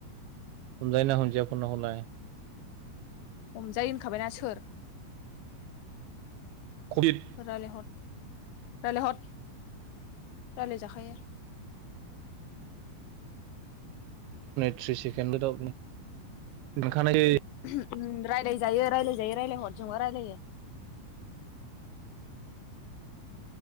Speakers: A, on the right (about 80°); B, on the left (about 75°).
A: हमजायोना हमजाया फनालाय।
B: हमजायो होनखाबायनाा सोर
A: कभिड
B: रायलायहर। रायलायहर रायलाय जाखायो।
A: थ्रिस सेकेनदबो <unintelligible>
B: ओहो रायलाय जायो रायलायजायो रायलायहरजोंबा रायलायो।